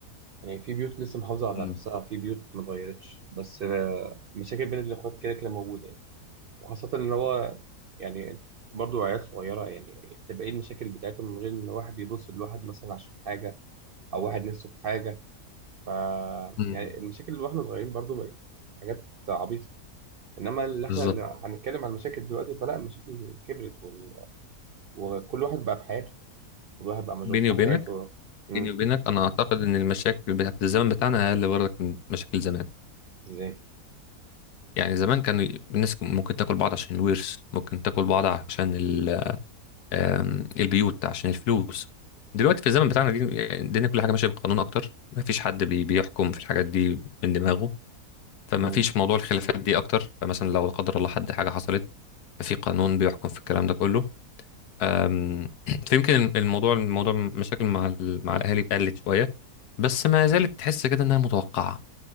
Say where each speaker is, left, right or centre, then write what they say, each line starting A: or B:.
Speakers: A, on the right; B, on the left.
A: يعني في بيوت لسه محافظه على
B: مم.
A: نفسها في بيوت ما اتغيرتش بس آه، مشاكل بين الاخوات كده كده موجوده يعني وخاصه ان هو يعني برضو عيال صغيره يعني تبقى ايه المشاكل بتاعتهم من غير ان واحد بيبص لواحد مثلا عشان حاجه او واحد نفسه في حاجه ف
B: مم.
A: يعني المشاكل اللي واحنا صغيرين برضو بقت حاجات عبيطه انما اللي احنا
B: بالظبط
A: هنتكلم عن المشاكل دلوقتي فلا المشاكل كبرت وال... وكل واحد بقى في حياته كل واحد بقى مشغول
B: بيني
A: في
B: وبينك
A: حياته امم
B: بيني وبينك انا اعتقد ان المشاكل بتاعت الزمن بتاعنا اقل برضك من مشاكل زمان
A: ازاي
B: يعني زمان كان الناس ممكن تاكل بعض عشان الورث ممكن تاكل بعض عشان ال- آم، البيوت عشان الفلوس دلوقتي في الزمن بتاعنا دي يعني الدنيا كل حاجه ماشيه بالقانون اكتر ما فيش حد بي- بيحكم في الحاجات دي من دماغه فما
A: امم
B: فيش موضوع الخلافات دي اكتر فمثلا لو لا قدر الله حد حاجه حصلت ففي قانون بيحكم في الكلام ده كله آم، <clears throat> فيمكن الموضوع الموضوع مشاكل مع ال- مع الاهالي قلت شويه بس ما زالت تحس كده انها متوقعه